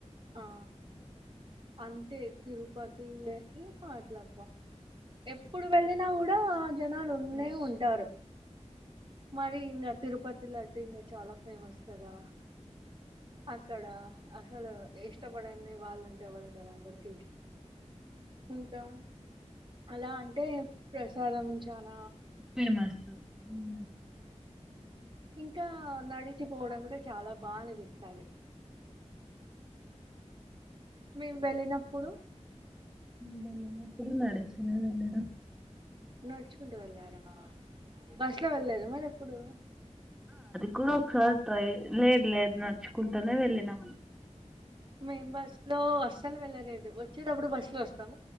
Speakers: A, on the right; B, in the centre.
A: ఆ అంతే తిరు పతి ఏ పి అట్లాబ ఎప్పుడు వెళ్ళినా కూడా ఆ జనాలు ఉన్నే
B: ఫ్రెష్
A: ఉంటారు. మరి ఇంగ తిరుపతి లడ్డు ఇంగ చాలా ఫేమస్ కదా అక్కడ అసలు ఇష్టపడని వాళ్ళు ఎవరు ఉండరు అందరికి ఇంకా అలా అంటే ప్రసాదం చాన
B: ఫేమసు ఉ
A: ఇంకా నడిచిపోవడం కూడా చాలా బా అనిపిస్ తది మేం వెళ్ళినప్పుడు
B: దలేనప్పుడు నడుచిన వెళ్లాలా
A: నడుచుకుంటూ వెళ్ళారా బస్ లో వెళ్ళేదా మరి ఎప్పుడు
B: కుడా ఒకసారి ట్రై లేద్ లేదు నడ్చుకుంటనే వెళ్ళినం
A: మేం బస్ లో అస్సలు వెళ్ళలేదు వచ్చేటప్పుడు బస్సు లో వస్తాం,